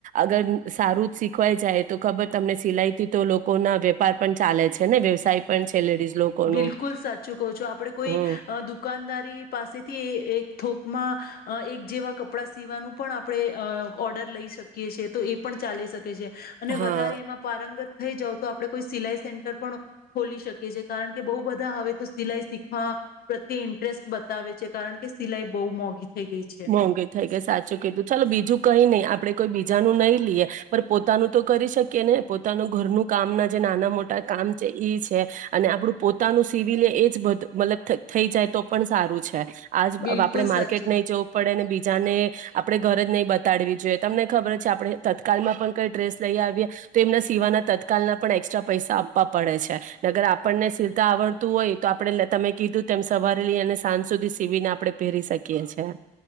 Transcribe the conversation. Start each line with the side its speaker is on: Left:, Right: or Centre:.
Right: અગર સારું જ સીખવાઈ જાય તો ખબર તમને સિલાઈથી તો લોકો ના વેપાર પણ ચાલે છે. ને વ્યવસાય પણ છે. લેડીઝ લોકોનું
Left: બિલકુલ સાચું કવ છું આપણે કોઈ
Right: હમ
Left: દુકાનદારી પાસેથી એક થકમાં એક જેવા કપડાં સીવાનું પણ આપણે ઓર્ડર લઈ શકીએ છેએ તો એ પણ ચાલી શકે. અને
Right: હા
Left: વધારે એમાં પારંગત થઈ જાવ તો આપ કોઈ સિલાઈ પણ ખોલી શકે છે. કારણ કે બહુ બધા હવે તો સિલાઈ શીખવા પ્રત્યે ઇન્ટરેસ્ટ બતાવે છે કારણ કે સિલાઈ બહુ મોંઘી થઈ ગઈ છે
Right: મોંઘી થઈ ગઈ સાચું કીધું ચાલો બીજું કઈ નહી આપડે કોઈ બીજા નું નહી લઈએ પણ પોતાનું તો કરી શકીએ ને પોતાનું ઘરનું કામના જે નાના મોટા કામ છે છે અને આપડું પોતાનું સીવી લઈએ એ જ બધ મતલબ થઈ જાય તો પણ સારું છે. આજ
Left: બિલકુલ
Right: આપડે માર્કેટ
Left: સાચું
Right: નહી જ આપ બીજાને આપડણે ઘર જ નહી બતાડવી જોઈએ તમને ખબર છે આપણે તત્કાલમાં પણ કઈ ડ્રેસ લઈ આવીએ તો એમના સીવાના તત્કાલના પણ એક્સ્ટ્રા પૈસા આપવા પડે છે અગર આપણને સીતા આવડતું હોય તો આપણે તમે કીધું તેમ સવારે લઈ અને સાંજ સુધી સીવીને આપડણે પહેરી શકીએ છે.